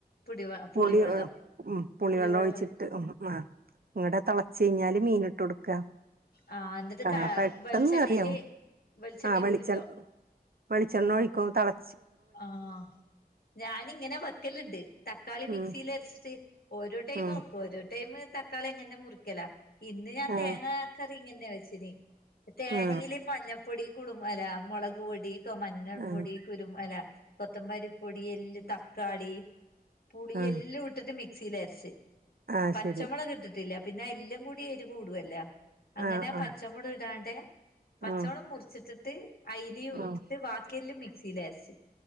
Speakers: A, on the left; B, on the right.
A: പുടിവ പുളിവെള്ളം
B: പുളി ഒ പുളി
A: പുളിവെള്ളം
B: വെള്ളം ഒഴിച്ചിട്ട്
A: ഒഴിക്കും
B: ഉം ആഹ് ഇങ്ങട്ടത്താ ഒച്ചയ്ഞാല് മീന്ട്ടൊട്ക്കാ
A: ആഹ് എന്നിട്ട്
B: ആഹ്
A: ക
B: പെട്ടെന്ന്
A: വെളിച്ചെണ്ണയില്
B: കറിയാകും
A: വെളിച്ചെണ്ണയിൽ
B: ആഹ് വെളിച്ചെ
A: പൊളിക്കോ
B: വെളിച്ചെണ്ണ ഒഴിക്കും താള്
A: ആഹ് ഞാനിങ്ങനെ വെക്കല്ണ്ട് തക്കാളി
B: ഉം
A: മിക്സീല് അര്ച്ചിട്ട് ഓരോ ടൈമ്
B: ഉം
A: വെക്കും ഓരോ ടൈമ് തക്കാളി എങ്ങനെ മുറിക്കല ഇന്ന് ഞാൻ
B: ആ
A: തേങ്ങ കറിയിങ്ങനെയാ വെച്ചനി തേങ്ങയില്
B: ആ
A: മഞ്ഞപ്പൊടി കുളു അല്ലാ മുളകുപൊടി. ക്കൊ മഞ്ഞൾപൊടി,
B: ആ
A: കുരുമു അല്ല കൊത്തബാലിപ്പൊടി, എല്ല് തക്കാളി, പുളിയെല്ലം
B: ആ
A: ഇട്ടിട്ട് മിക്സീല് എര്ച്ച്
B: ആ
A: പച്ചമുളകിട്ടിട്ടില്ല
B: ശരി
A: പിന്നെയെല്ലാം കൂടിയെരിവു കൂടുവല്ല അങ്ങനെ
B: ആ ആ
A: പച്ചമോടട് ഇടാതെ പച്ചമോളക്
B: ഉം
A: മുർച്ചിട്ടിട്ട് അയലയും
B: ഉം
A: ഇട്ടിട്ട് വാ കല് മിക്സീലരച്ച്